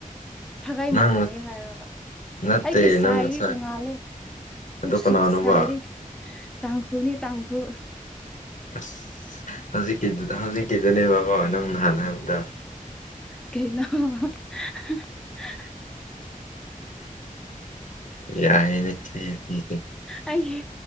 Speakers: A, in the centre; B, on the left (about 65°).
A: ꯁꯥꯒꯩ
B: ꯅꯪ
A: ꯃꯥꯟꯅꯩ ꯍꯥꯏꯔꯒ
B: ꯅꯠꯇꯦ
A: ꯑꯩꯒꯤ ꯁꯥꯏꯗꯤ
B: ꯅꯪ ꯉꯁꯥꯏ
A: ꯇꯣꯡꯉꯥꯜꯂꯦ ꯈꯣꯏ
B: ꯑꯗꯣ ꯀꯅꯥꯅꯣꯕ
A: ꯁꯨꯛ ꯁꯥꯏꯔꯤ ꯇꯥꯡꯈꯨꯜꯅꯤ ꯇꯥꯡꯈꯨꯜ
B: ꯑꯁ ꯍꯧꯖꯤꯛꯀꯤꯗꯨ ꯍꯧꯖꯤꯛꯀꯤꯗꯨꯅꯦꯕ ꯑꯃ ꯅꯪ ꯅꯍꯥꯟ ꯍꯥꯏꯕꯗꯣ
A: ꯀꯩꯅꯣ <unintelligible>
B: ꯌꯥꯏꯒꯦꯅꯦ꯫ <inaudible>
A: ꯑꯩꯒꯤ